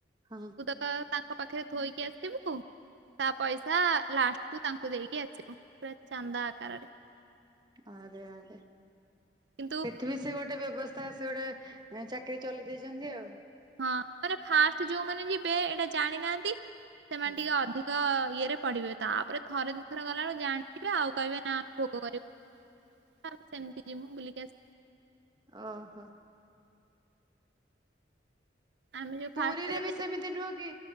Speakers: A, on the right; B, on the right.
A: ହଁ।
B: ତ ତାଙ୍କ ପାଖରେ ଥୋଇକି ଆସିବୁ। ତା ପଇସା ଲାଷ୍ଟକୁୁ ତାଙ୍କୁ ଦେଇକି ଆସିବ ପୁରା ଚାନ୍ଦା ଆକାରରେ।
A: ଆରେ ଆରେ
B: କିନ୍ତୁ
A: ସେଠି ବି ସେ ଗୋଟେ ବ୍ୟବସ୍ଥା ସେ ଗୋଟେ ଚାକିରି ଚଲେଇ ଦେଇଚନ୍ତି ଆଉ।
B: ହଁ ମାନେ ଫାଷ୍ଟ ଯୋଉମାନେ ଯିବେ ଏଇଟା ଜାଣିନାହାନ୍ତି। ସେମାନେ
A: ହୁଁ
B: ଟିକେ ଅଧିକ ଇଏରେ ପଢିବେ। ତାପରେ, ଥରେ ଦିଇଥର ଗଲାବେକୁ ଜାଣିଥିବେ ଆଉ କହିବେ ନା ଭୋଗ କରିବ ହଁ ସେମିତି ଯିବମୁଁ ବୁଲିକି ଆସିି
A: ଓହୋ।
B: ଆମେ ଯୋଉ
A: ପୁରୀରେ
B: ଫାଷ୍ଟ ଥର
A: ବି
B: ଯାଇଥିଲୁ
A: ସେମିତି ନୁହଁ କି?